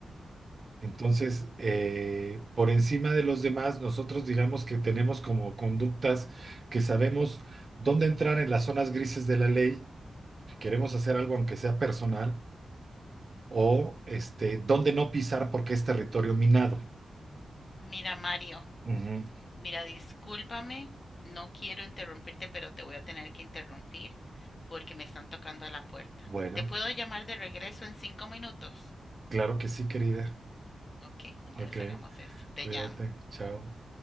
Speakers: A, on the right (about 35°); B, on the left (about 35°).
A: Entonces, eh, por encima de los demás, nosotros digamos que tenemos como conductas que sabemos dónde entrar en las zonas grises de la ley, si queremos hacer algo aunque sea personal, o este, dónde no pisar porque es territorio minado.
B: Mira, Mario,
A: Ujú.
B: mira, discúlpame, no quiero interrumpirte, pero te voy a tener que interrumpir porque me están tocando a la puerta.
A: Bueno,
B: ¿Te puedo llamar de regreso en cinco minutos?
A: claro que sí, querida.
B: Ok, entonces
A: Ok,
B: hagamos eso. Te
A: cuídate,
B: llamo.
A: chao.